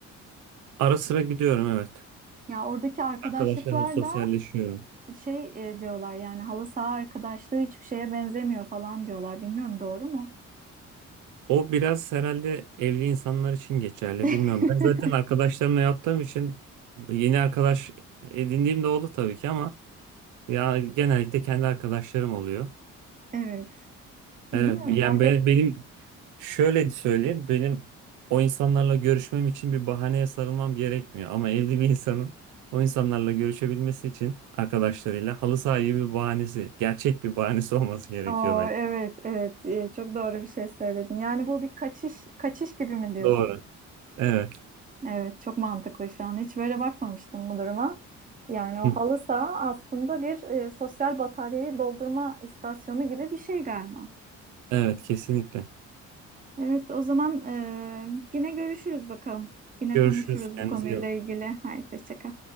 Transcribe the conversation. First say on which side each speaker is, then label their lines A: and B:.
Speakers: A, on the right; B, on the right.
A: Ara sıra gidiyorum evet.
B: Ya oradaki arkadaşlıklar
A: Arkadaşlarımla sosyalleşiyorum.
B: da şey e, diyorlar yani halı saha arkadaşlığı hiçbir şeye benzemiyor falan diyorlar. Bilmiyorum doğru mu?
A: O biraz herhalde evli insanlar için geçerli.
B: <laughs>
A: Bilmiyorum. Ben zaten arkadaşlarımla yaptığım için yeni arkadaş edindiğim de oldu tabii ki ama ya genellikle kendi arkadaşlarım oluyor.
B: Evet. Bilmiyorum
A: Evet, yani
B: oradaki.
A: ben- benim şöyle söyleyeyim benim o insanlarla görüşmem için bir bahaneye sarılmam gerekmiyor ama evli bir insanın o insanlarla görüşebilmesi için arkadaşlarıyla halı saha gibi bir bahanesi gerçek bir bahanesi olması gerekiyor
B: Oo,
A: bence.
B: evet evet E, çok doğru bir şey söyledin. Yani bu bir kaçış kaçış gibi mi diyorsun?
A: Doğru. Evet.
B: Evet çok mantıklı şu an. Hiç böyle bakmamıştım bu duruma. Yani o
A: Hı.
B: halı saha aslında bir e, sosyal bataryayı doldurma istasyonu gibi bir şey galiba.
A: Evet kesinlikle.
B: Evet o zaman e, yine görüşürüz bakalım. Yine
A: Görüşürüz.
B: konuşuruz
A: Kendinize
B: bu konuyla
A: iyi bakın.
B: ilgili. Haydi hoşça kal.